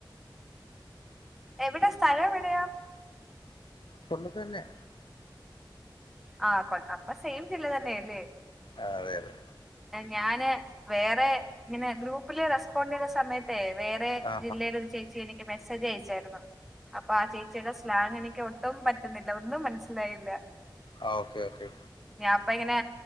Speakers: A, in the centre; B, on the left.
A: എവിടെ സ്ഥലം എവിടെയാ?
B: കൊല്ലത്ത് തന്നെയാ.
A: ആഹ് കൊൽ അപ്പം സെയിം ജില്ല തന്നെയാല്ലേ.
B: ആ അതെ അതെ.
A: ഞാന് വേറെ ഇങ്ങനെ ഗ്രൂപ്പില് റെസ്പോണ്ട് ചെയ്ത സമയത്തേ വേറെ
B: ആ
A: ജില്ലയിലൊരു ചേച്ചി എനിക് നിക്ക് മെസേജ് അയച്ചായി അപ്പൊ ആ ചേച്ചിയുടെ സ്ലാങ് എനിക്ക് ഒട് ട്ടും പറ്റുന്നില്ല ഒന്നും മനസ്സിലായില്ല.
B: ആ ഓക്കെ ഓക്കെ
A: അപ്പം ഇങ്ങനെ